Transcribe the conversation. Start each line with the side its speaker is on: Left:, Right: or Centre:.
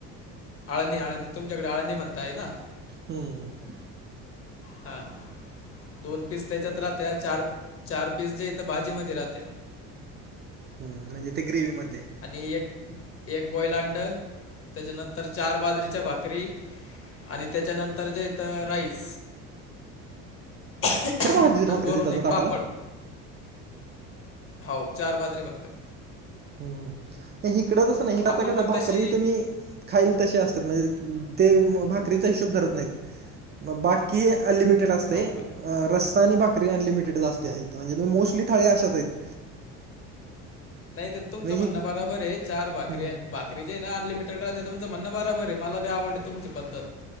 Left: आळणी आळणी तुमच्याकडे आळणी म्हणताय ना
Right: हम् हम
Left: हा दोन पीस त्याच्यात राहते चार चार पीस जे इथ भाजी मध्ये राहते
Right: हम् म्हणजे ते ग्रेवी मधले
Left: आणि एक एक बॉइल अंड त्याच्यानंतर चार बाजरीच्या भाकरी आणि त्याच्यानंतर जे येत राईस आणि
Right: च भाजर भाकरी
Left: वरून
Right: दता
Left: एक
Right: तुम्ही
Left: पापड
Right: आटाला
Left: होा चार बाजरी भाग कर
Right: हम् हकडंचसं ना हिट आता
Left: आपण
Right: कस
Left: मग
Right: भाकरी
Left: तशी
Right: तुम्ही खाईल तसे असतात म्हणजे ते भाकरीचा हिशोब धरत नाहीत मग बाकी क अनलिमिटेडते
Left: हो का
Right: रस्ता आणि भाकरी अनलिमिटेड जास्त आहेत म्हणजे मी मोस्टली थाळी अशाच आहेत
Left: नाही तर तुमचं
Right: म्हणजे
Left: म्हणणं
Right: ही
Left: बराबर आहे चार भाकरी
Right: हम्म
Left: बाक के ना अनलिमिटड राह तुचं म्हणं बबर आहे मलाी आवडते तुमची पद्धत